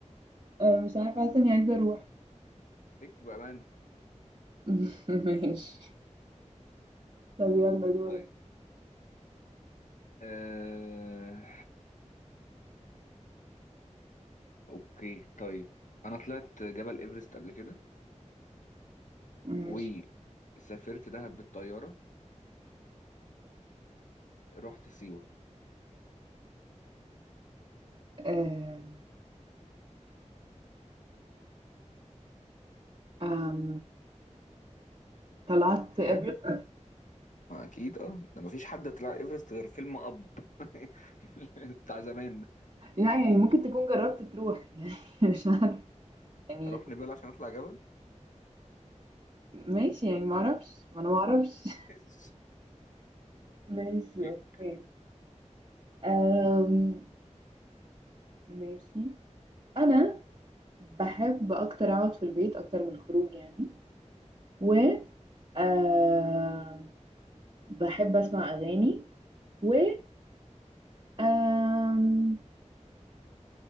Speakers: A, on the right; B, on the left.
A: آه مش عارفة حاسة اني عايزة اروح
B: فيك بأمانة
A: <laughs> ماشي طب يلا دورك
B: طيب آه... أوكي طيب أنا طلعت جبل إيفرست قبل كده
A: ماشي
B: وسافرت دهب بالطيارة ورحت سيوة
A: آه آم، طلعت
B: بجد
A: ايفرست <laughs>
B: ما أكيد أه ده مفيش حد طلع إيفرست غير فيلم أب <laughs> بتاع زمان ده
A: لا يعني ممكن تكون جربت تروح يعني <laughs> مش عارفة يعني
B: أروح نبيل عشان أطلع جبل
A: ماشي يعني ما اعرفش ما انا ما اعرفش
B: <laughs>
A: <laughs> ماشي
B: أوكي
A: اوكي أم... ماشي انا بحب اكتر اقعد في البيت اكتر من الخروج يعني و أم... بحب اسمع اغاني و أم...